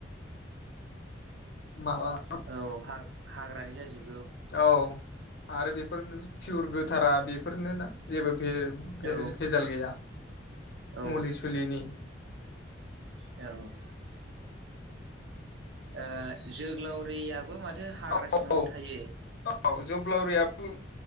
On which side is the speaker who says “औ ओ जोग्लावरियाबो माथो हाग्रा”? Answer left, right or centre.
Right